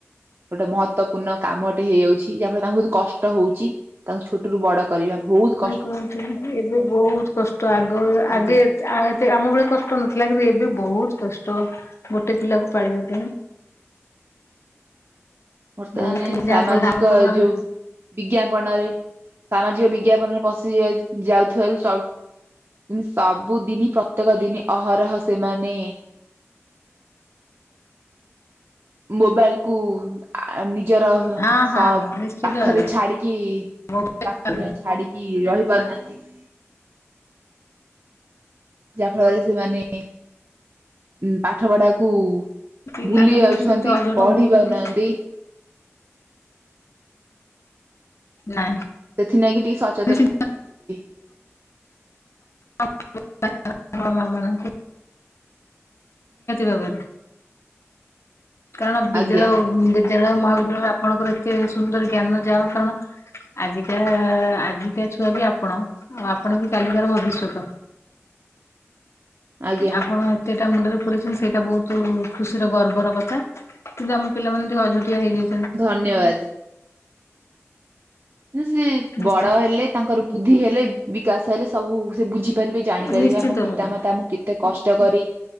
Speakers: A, on the right; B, on the left.
A: ଗୋଟେ ମହତ୍ଵପୂର୍ଣ୍ଣ କାମ ଟେ ହେଇଯାଉଛି, ଯାହାଫଳରେ ତାଙ୍କୁ ବୋହୁତ୍ କଷ୍ଟ ହୋଉଛି। ତାଙ୍କୁ ଛ ବଡ କରିବା ବୋହୁତ୍
B: କୁହଥିଲି କି, ଏବେ ବୋହୁତ୍ କଷ୍ଟ ଆଗ
A: ଆଜ୍ଞା।
B: ଆଗେ ଆଉ ଏତେ ଆମ ବେଳେ କଷ୍ଟ ନଥିଲା କିନ୍ତୁ ଏବେ ବୋହୁତ୍ କଷ୍ଟ ଗୋଟେ ପିଲାକୁ ପାଳିବା ପାଇଁ।
A: ବର୍ତ୍ତମାନେ
B: ବହୁତ ହିଁ
A: ସାମାଜିକ
B: ଯାହା ଫଳରେ ଆମ ତମ
A: ଏ
B: ଆମେ
A: ଯୋଉ ବିଜ୍ଞାପନରେ ସାମାଜିକ ବିଜ୍ଞାପନରେ ପଶି ଯାଉଥିବାରୁ ସବୁଦିନି ପ୍ରତ୍ୟେକ ଦିନି ଅହରହ ସେମାନେ ମୋବାଇଲ୍ କୁ ଆ ନିଜର
B: ହଁ
A: ସ
B: ହଁ ହଁ ନିଶ୍ଚିତ
A: ପାଖରେ
B: ଭାବରେ
A: ଛାଡିକି
B: ମୋବାଇଲ
A: ପାଖରେ ଛାଡିକି କି ରହିିପାରୁନାହାନ୍ତି ଯାହା ଫଳରେ ସେମାନେ ଉ ପାଠ ପଢାକୁ,
B: ପିଲାମାନେ
A: ଭୁଲି ଯାଉଛନ୍ତି
B: ସେମିତି ଅଝଟ
A: ପଢି
B: ହଉଛନ୍ତି
A: ପାରୁନାହାନ୍ତି
B: ନାଇଁ
A: ସେଥିଲାଗି ଟିକେ ସତ
B: ସିି
A: <unintelligible>
B: <unintelligible> ନିହାତି ଭାବରେ, କାରଣ ବିଦ୍ୟାଳୟ
A: ଆଜ୍ଞା
B: ବି ବିଦ୍ୟାଳୟ, ମହାବିଦ୍ୟାଳୟରେ, ଆପଣଙ୍କର ଏତେ ସୁନ୍ଦର ଜ୍ଞାନ, ଯାହା ହଉ କାରଣ ଆଜିକାଆ ଆଜିିକା ଛୁଆ ବି ଆପଣ। ଆଉ ଆପଣ ବି କାଲିକାର ଭବିଷ୍ୟତ।
A: ଆଜ୍ଞା
B: ଆପଣ ଏତେଟା ମୁଣ୍ଡରେ ପୁରେଇଛନ୍ତି ସେଇଟା ବହୁତ ଖୁସିର ଗର୍ବର କଥା। କିନ୍ତୁ ଆମ ପିଲାମାନେ ଟିକିଏ ଅଝଟିଆ ହେଇଯାଇ
A: ଧନ୍ୟବାଦ। ଯେସେ
B: ନିଶ୍ଚି
A: ବଡ ହେଲେ, ତାଙ୍କର ବୁଦ୍ଧି ହେଲେ, ବିକାଶ ହେଲେ ସବୁ ସେ ବୁଝି ପାରିବେ, ଜାଣିପାରିବେ,
B: ନିଶ୍ଚିନ୍ତ
A: ଆମ ପିତାମାତାଆମଙ୍କୁ
B: ଭାବରେ
A: କେତେ କଷ୍ଟ କରି